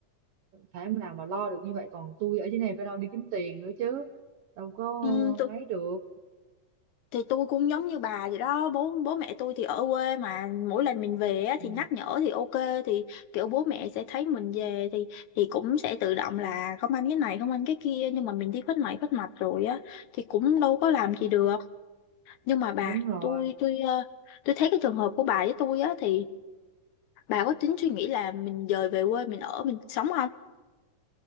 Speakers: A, on the right (about 85°); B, on the left (about 70°).
A: thể nào mà lo được như vậy còn tôi ở dưới này phải lo đi kiếm tiền nữa chứ đâu có
B: ừ,
A: ấy được
B: thì tôi cũng giống như bà vậy đó bố bố mẹ tôi thì ở quê mà mỗi lần mình về á,
A: ừ,
B: thì nhắc nhở thì ok thì kiểu bố mẹ sẽ thấy mình về thì thì cũng sẽ tự động là không ăn cái này không ăn cái kia nhưng mà mình đi khuất này khuất mặt rồi á thì cũng đâu có làm gì được nhưng mà bà
A: đúng rồi
B: tôi tôi ờ, tôi thấy cái trường hợp của bà với tôi á thì bà có tính suy nghĩ là mình dời về quê mình ở mình sống